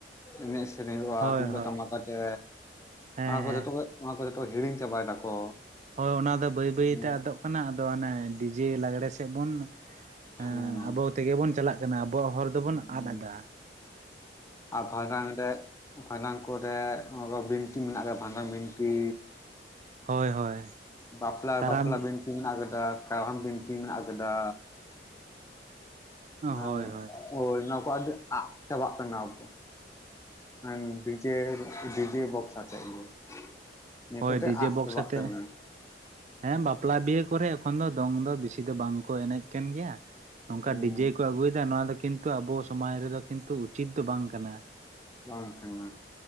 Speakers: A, on the left; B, on the right.
A: ᱮᱱᱮᱡ ᱥᱮᱨᱮᱧ ᱦᱩᱭᱩᱜ-ᱟ
B: ᱦᱳᱭ
A: ᱛᱩᱢᱫᱟᱜ
B: ᱦᱳᱭ
A: ᱴᱟᱢᱟᱠ ᱟᱛᱮ
B: ᱦᱮᱸ
A: ᱚᱱᱟ ᱠᱚ
B: ᱦᱮᱸ
A: ᱡᱚᱛᱚ ᱠᱷᱚᱡ ᱱᱚᱣᱟ ᱠᱚ ᱡᱚᱛᱚ ᱦᱤᱲᱤᱧ ᱪᱟᱵᱟᱭ ᱫᱟᱠᱚ᱾
B: ᱦᱳᱭ ᱚᱱᱟ ᱫᱚ ᱵᱟᱹᱭ ᱵᱟᱹᱭᱛᱮ
A: ᱦᱩᱸ
B: ᱟᱫᱚᱜ ᱠᱟᱱᱟ ᱟᱫᱚ ᱚᱱᱮ ᱰᱤᱡᱮ ᱞᱟᱜᱽᱲᱮ ᱥᱮᱫ ᱵᱚᱱ
A: ᱦᱩᱸ
B: ᱦᱮᱸ ᱟᱵᱚ ᱛᱮᱜᱮ ᱵᱚᱱ ᱪᱟᱞᱟᱜ ᱠᱟᱱᱟ ᱟᱵᱚᱣᱟᱜ ᱦᱚᱨ ᱫᱚᱵᱚᱱ
A: ᱦᱩᱸ
B: ᱟᱫᱽ ᱫᱟ᱾
A: ᱟᱨ ᱵᱷᱟᱰᱟᱱ ᱨᱮ ᱵᱷᱟᱸᱰᱟᱱ ᱠᱚᱨᱮ ᱟᱵᱚᱭᱟᱜ ᱵᱤᱱᱛᱤ ᱢᱮᱱᱟᱜ ᱠᱟᱜ-ᱟ ᱵᱷᱟᱸᱰᱟᱱ ᱵᱤᱱᱛᱤ᱾
B: ᱦᱳᱭ ᱦᱳᱭ᱾
A: ᱵᱟᱯᱞᱟ
B: ᱠᱟᱨᱟᱢ
A: ᱵᱟᱯᱞᱟ ᱵᱤᱱᱛᱤ ᱢᱮᱱᱟᱜ ᱠᱟᱫᱟ ᱠᱟᱨᱟᱢ ᱵᱤᱱᱛᱤ ᱢᱮᱱᱟᱜ ᱠᱟᱫᱟ᱾ ᱦᱮᱸ
B: ᱦᱳᱭ ᱦᱳᱭ
A: ᱳᱭ ᱚᱱᱟ ᱠᱚ ᱟᱹᱰᱤ ᱟᱜ ᱪᱟᱵᱟᱜ ᱠᱟᱱᱟ ᱟᱵᱚ᱾ ᱦᱮᱸ ᱰᱤᱡᱮᱞ ᱰᱤᱡᱮ ᱵᱚᱠᱥ ᱟᱛᱮᱜ ᱜᱮ ᱱᱤᱭᱟᱹ
B: ᱦᱳᱭ
A: ᱠᱚᱛᱮ
B: ᱰᱤᱡᱮ
A: ᱟᱜ
B: ᱵᱚᱠᱥ
A: ᱪᱟᱵᱟᱜ
B: ᱟᱛᱮ
A: ᱠᱟᱱᱟ ᱾
B: ᱦᱮᱸ ᱵᱟᱯᱞᱟ ᱵᱤᱦᱟᱹ ᱠᱚᱨᱮ ᱮᱠᱷᱚᱱ ᱫᱚ ᱫᱚᱝ ᱫᱚ ᱵᱤᱥᱤ ᱫᱚ ᱵᱟᱝ ᱠᱚ ᱮᱱᱮᱡ ᱠᱟᱱ ᱜᱮᱭᱟ ᱱᱚᱝᱠᱟ
A: ᱦᱩᱸ
B: ᱰᱤᱡᱮ ᱠᱚ ᱟᱹᱜᱩᱭᱫᱟ ᱱᱚᱣᱟ ᱫᱚ ᱠᱤᱱᱛᱩ ᱟᱵᱚ ᱥᱚᱢᱟᱡᱽ ᱨᱮᱫᱚ ᱠᱤᱱᱛᱩ ᱩᱪᱤᱛ ᱫᱚ ᱵᱟᱝ ᱠᱟᱱᱟ ᱾
A: ᱵᱟᱝ ᱠᱟᱱᱟ